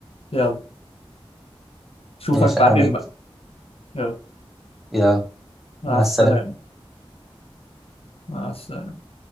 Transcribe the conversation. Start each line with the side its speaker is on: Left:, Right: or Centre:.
Left: يلا اشوفك
Centre: ماشي
Left: بعدين
Centre: يا حميد
Left: بقى يلا
Centre: يلا
Left: مع
Centre: مع
Left: السلامة
Centre: السلامه
Left: مع السلامة